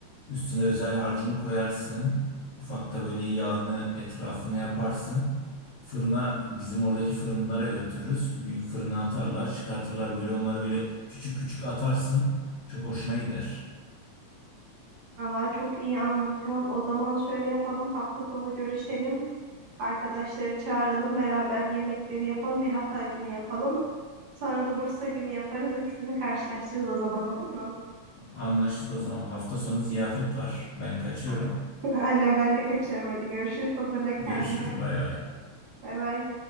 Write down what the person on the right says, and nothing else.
Allah çok iyi anlatıyorsun. O zaman şöyle yapalım. Hafta sonu görüşelim. Arkadaşları çağıralım. Beraber yemekleri yapalım. Bir Hatay günü yapalım. Sonra da Bursa günü yaparız. İkisini karşılaştırırız o zaman olur mu?
Ha. <laughs> Aynen ben de kaçıyorum. Hadi görüşürüz. Hazırla kendini.
Bay bay.